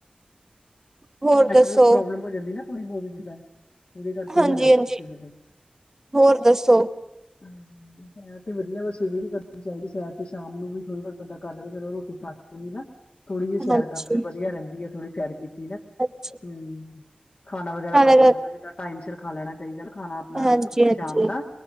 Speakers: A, on the right; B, on the left.
A: ਹੋਰ
B: ਨੈਟਵਰਕ
A: ਦੱਸੋ
B: ਪ੍ਰੋਬਲਮ ਹੋ ਜਾਂਦੀ ਨਾ, ਥੋੜੀ-ਬੋਤ ਜਿੱਦਾ। ਓਹਦੇ ਕਰਕੇ
A: ਹਾਂਜੀ
B: ਹੋ ਜਾਂਦਾ,
A: ਹਾਂਜੀ
B: ਕਿਸੇ ਵੇਲੇ।
A: ਹੋਰ ਦੱਸੋ?
B: ਹਾਂ ਸੈਰ ਤੇ ਵਦੀਆ, ਬਸ ਸਵੇਰੇ ਵੀ ਕਰਨੀ ਚਾਹੀਦੀ ਸੈਰ ਤੇ ਸ਼ਾਮ ਨੂੰ ਵੀ ਥੋੜੀ-ਬੋਤ ਬੰਦਾ ਕਰਲਵੇ, ਚਲੋ ਰੋਟੀ ਖਾਕੇ ਨਾ ਥੋੜੀ ਜਿਹੀ ਸੈਰ
A: ਹਾਂਜੀ
B: ਕਰਲੇ, ਵਧੀਆ ਰੈਂਦੀ ਥੋੜੀ ਸੈਰ ਕੀਤੀ ਨਾ।
A: ਹਾਂਜੀ
B: ਹੂੰ, ਖਾਣਾ ਵਗੈਰਾ
A: ਨਾਲੇ
B: ਪੱਚ ਜਾਂਦਾ, ਜਿੱਦਾਂ ਟਾਈਮ ਸਿਰ ਖਾ ਲੈਣਾ ਚਾਈਦਾ ਨਾ ਖਾਣਾ ਨਾਲ
A: ਹਾਂਜੀ
B: ਥੋੜੇ
A: ਹਾਂਜੀ
B: ਸ਼ਾਮ ਦਾ।